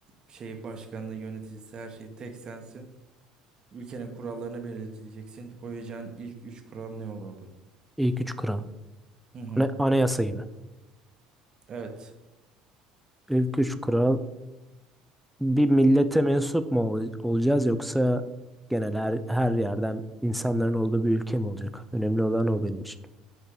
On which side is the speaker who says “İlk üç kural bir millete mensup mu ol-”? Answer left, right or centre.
Centre